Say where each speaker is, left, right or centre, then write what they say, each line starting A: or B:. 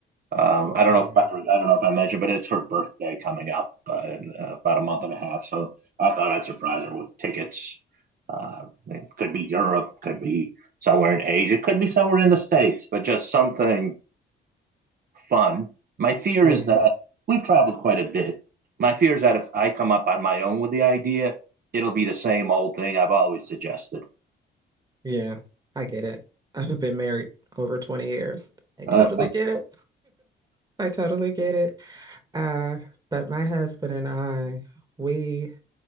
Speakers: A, on the right; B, on the right.
A: Um,
B: yeah,
A: I don't know if I, I don't know if I mentioned, but it's her birthday coming up uh, in uh, about a month and a half. So I thought I'd surprise her with tickets. Uh, it could be Europe, could be somewhere in Asia, could be somewhere in the States, but just something fun. My fear
B: yeah,
A: is that we've traveled quite a bit. My fear is that if I come up on my own with the idea, it'll be the same old thing I've always suggested.
B: yeah. I get it. I've been married over 20 years. I
A: Uh,
B: totally get it. I totally get it. Uh, but my husband and I, we